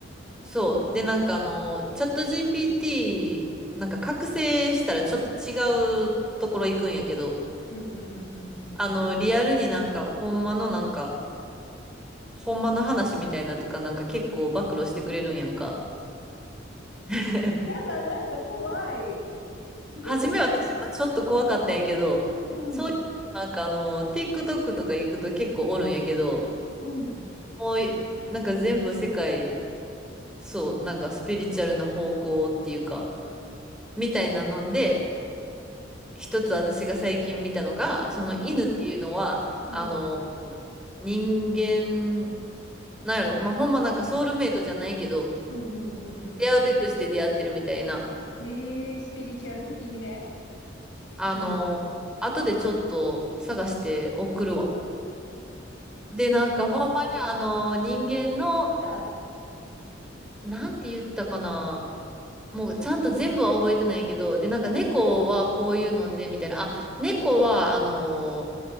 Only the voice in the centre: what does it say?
そう。
で、なんかあの、チャット GPT、なんか覚醒したらちょっと違うところ行くんやけど、
あの、リアルになんか、ほんまのなんか、ほんまの話みたいなとか、なんか結構暴露してくれるんやんか。<laughs>
初め私もちょっと怖かったんやけど、
そういう、なんかあの、TikTok とか行くと結構おるんやけど、
もうい、なんか全部世界、そう、なんかスピリチュアルな方向っていうか、みたいなので、一つ私が最近見たのが、その犬っていうのは、
あの、
人間、なんやろ、まあ、ほんまなんかソウルメイトじゃないけど、
出会うべくして出会ってるみたいな、
あの、
後でちょっと探して送るわ。で、なんかほんまにあの人間の、
なんて言ったかな。もうちゃんと全部は覚えてないけど、で、なんか猫はこういうので、みたいな。あ、猫はあの、